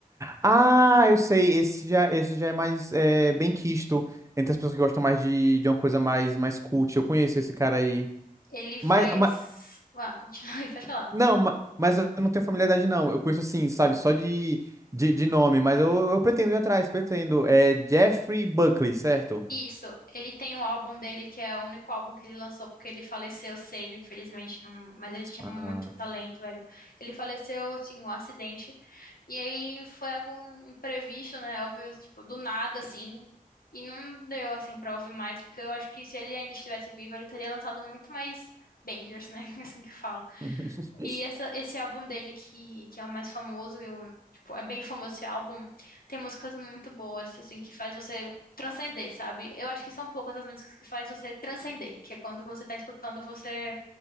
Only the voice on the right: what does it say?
Ah, eu sei, esse já, esse já é mais é, bem quisto entre as pessoas que gostam mais de, de uma coisa mais, mais cult. Eu conheço esse cara aí.
Mas, mas
não, ma- mas, eu não tenho familiaridade, não. Eu conheço assim, sabe, só de, de, de nome, mas eu, eu pretendo ir atrás, pretendo. É Jeffrey Buckley, certo?
Ah.
<laughs>